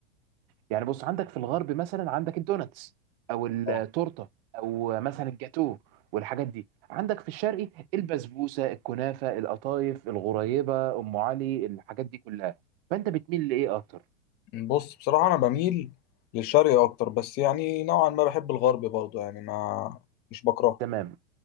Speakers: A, on the right (about 50°); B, on the left (about 30°).
A: يعني بص عندك في الغرب مثلا عندك الدوناتس او التورته
B: أه.
A: او مثلا الجاتو والحاجات دي عندك في الشرقي البسبوسه الكنافه القطايف الغريبه ام علي الحاجات دي كلها فانت بتميل لايه اكتر
B: بص بصراحة أنا بميل للشرق أكتر بس يعني نوعا ما بحب الغرب برضه يعني ما مش بكرهه
A: تمام